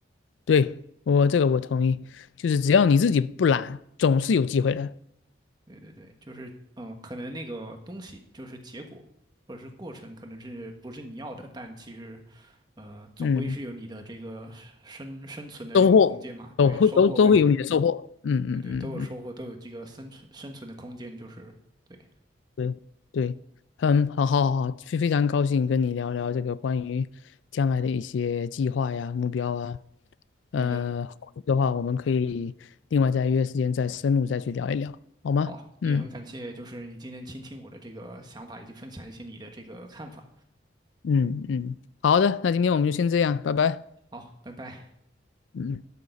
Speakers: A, on the left (about 85°); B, on the right (about 20°).
A: 对，我这个我同意，就是只要你自己不懒，总是有机会的。
B: 对对对，就是嗯，呃可能那个东西就是结果，或者是过程，可能是不是你要的，但其实，呃，总归是有你的这个生生存的这个空间嘛。
A: 嗯，收获都会都都会有你的收获。
B: 对，收获跟你
A: 嗯嗯嗯嗯。
B: 对对对都有收获，都有这个生存生存的空间，就是对。
A: 对对，嗯，好好好，非非常高兴跟你聊聊这个关于将来的一些计划呀、目标啊。呃，
B: 哎呀，
A: 后续的话我们可以另外再约时间再深入再去聊一聊，好吗？
B: 好，
A: 嗯
B: 也很感谢，就是你今天倾听我的这个想法，以及分享一些你的这个看法。
A: 嗯嗯，好的，那今天我们就先这样，拜拜。
B: 好，拜拜。
A: 嗯。嗯